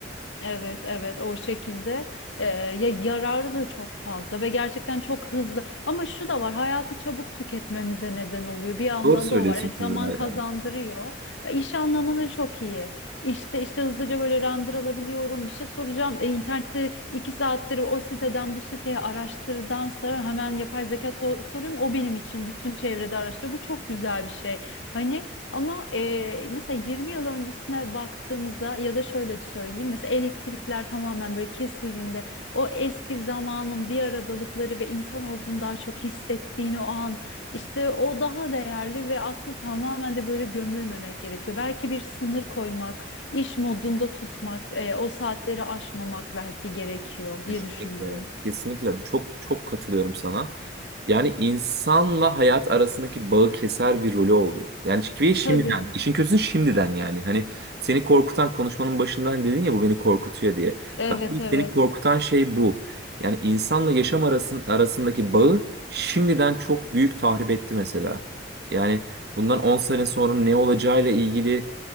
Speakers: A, on the left; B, on the right.
A: Evet, evet o şekilde Ee, ya yararı da çok fazla ve gerçekten çok hızlı. Ama şu da var, hayatı çabuk tüketmemize neden oluyor. Bir yandan
B: Doğru söylüyorsun
A: da o var. Evet,
B: Kübra
A: zaman kazandırıyor.
B: ya.
A: Ya iş anlamını çok iyi. İşte işte hızlıca böyle render alabiliyorum. Bir şey soracağım. E, internette iki saattir o siteden bu siteye araştırdansa hemen yapay zeka so- soruyorum. O benim için bütün çevrede araştırıyor. Bu çok güzel bir şey. Hani ama e, mesela 20 yıl öncesine baktığımızda ya da şöyle söyleyeyim mesela elektrikler tamamen böyle kesildiğinde o eski zamanın bir aradalıkları ve insan olduğunu daha çok hissettiğini o an işte o daha değerli ve aslında tamamen de böyle gömülmemek gerekiyor. Belki bir sınır koymak, iş modunda tutmak, e, o saatleri aşmamak belki gerekiyor diye
B: Kesinlikle.
A: düşünüyorum.
B: Kesinlikle. Çok çok katılıyorum sana. Yani insanla hayat arasındaki bağı keser bir rolü oldu. Yani ve şimdiden,
A: Tabii.
B: işin kötüsü şimdiden yani. Hani seni korkutan konuşmanın başından dedin ya bu beni korkutuyor diye.
A: Evet
B: Bence
A: evet.
B: seni korkutan şey bu. Yani insanla yaşam arasın, arasındaki bağı şimdiden çok büyük tahrip etti mesela. Yani bundan 10 sene sonra ne olacağıyla ilgili